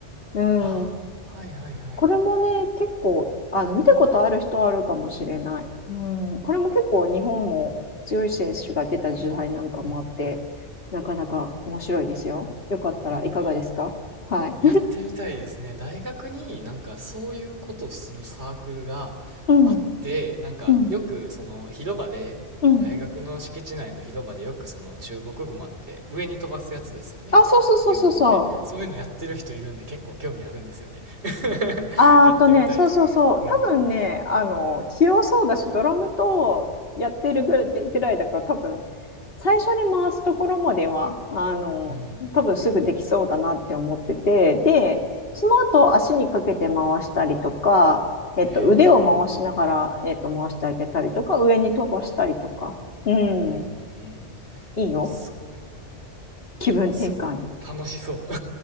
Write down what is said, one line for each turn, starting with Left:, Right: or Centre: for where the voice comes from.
Left: うん、
Right: ああ、はいはいはい。
Left: これもね、結構、あの、見たことある人はあるかもしれない。うん、これも結構日本も強い選手が出た時代なんかもあって、
Right: うん。
Left: なかなか面白いですよ。よかったらいかがですかはい。
Right: なんか、やってみたいですね。大学になんかそういうことをするサークルがあって、
Left: うん、
Right: なんかよくその広場で、
Left: うん、うん。
Right: 大学の敷地内の広場でよくその中国語もあって上に飛ばすやつですよね。
Left: あ、そうそうそうそうそう。
Right: なんかビヨーンって。そういうのやってる人いるんで結構興味あるんですよね。<laughs>
Left: あーとね、
Right: やってみたいと思います。
Left: そうそうそう、
Right: うん。
Left: 多分ね、あの、器用そうだし、ドラムとやってるぐらいでぐらいだから、多分最初に回すところまでは、あの、
Right: うん。
Left: 多分すぐできそうだなって思ってて、で、その後、足にかけて回したりとか、えっと、
Right: ええ
Left: 腕を回しながら、えっと、回してあげたりとか、上に飛ばしたりとか、うん、
Right: うんうんうん。
Left: いいよ。
Right: すごい。
Left: 気分転換に。
Right: すごい。楽しそう。